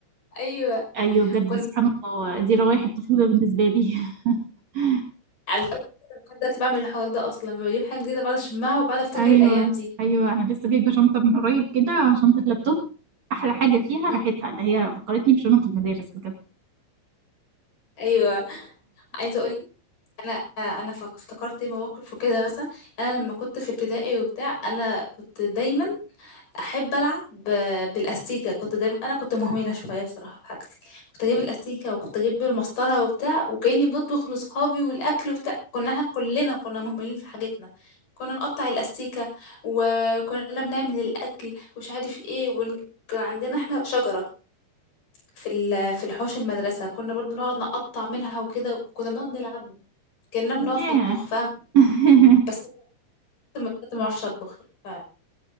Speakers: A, on the left (about 45°); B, on the right (about 50°).
A: أيوة
B: ايوه بجد
A: وكنا
B: سبحان الله دي روايح الطفوله بالنسبه لي <laughs>
A: على فكرة لحد دلوقتي بعمل الحوار ده اصلا بجيب حاجه جديده بعد اشمها وبعد افتكر
B: ايوه
A: الايام دي
B: ايوه انا لسه جايبه شنطه من قريب كده شنطه لابتوب احلى حاجه فيها
A: مم.
B: راحتها اللي هي فكرتني بشنط المدارس بجد
A: ايوه عايزه اقول لك انا انا فك- افتكرت إيه مواقف وكده مثلا انا لما كنت في ابتدائي وبتاع انا كنت دايما احب العب ب- بالاستيكه كنت دايما انا كنت مهمله شويه بصراحه في حاجتي كنت اجيب الاستيكه وكنت اجيب المسطره وبتاع وكاني بطبخ لاصحابي والاكل وبتاع كنا احنا كلنا كنا مهملين في حاجتنا كنا نقطع الاستيكه وكنا بنعمل الاكل ومش عارف ايه ون... كان عندنا احنا شجره في ال... في الحوش المدرسه كنا برضو نقعد نقطع منها وكده وكنا بنقعد نلعب كاننا بنقف
B: ياه
A: نطبخ فاهم
B: <laughs>
A: بس انا كنت ما كنت ما بعرفش اطبخ يعني. ف